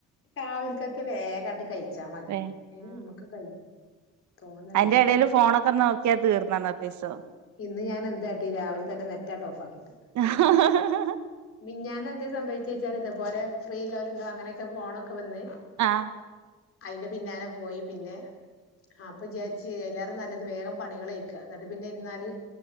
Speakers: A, on the left; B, on the right.
A: രാവിൽക്കത്ത് വേഗായിട്ട് കഴിച്ചാ മതി
B: വേ
A: അയിന് നമ്മക്ക് കഴിയും തോന്നണ്ടേ
B: അതിന്റെ ഇടയിൽ ഫോണൊക്കെ നോക്കിയാ തീർന്ന് അന്നത്തെ ദിവസം
A: ഇന്ന് ഞാനെന്താട്ടി രാവിൽ തന്നെ നെറ്റായിട്ട് ഓഫാക്കിയിട്ട്
B: <unintelligible>
A: മിഞാന്ന് എന്ത് സംഭവിച്ചൊച്ചാല് ഇതേ പോരെ ഫ്രീ ലോലണ്ടോ അങ്ങനെയൊക്കെ ഫോണൊക്കെ വന്ന്
B: ആഹ്
A: അതിന്റെ പിന്നാലെ പോയി പിന്നെ അപ്പൊ വിചാരിച്ച് എല്ലാരും നല്ലത് വേഗം പണികളെ ക്ക എന്നിട്ട് പിന്നെ ഇരുന്നാല്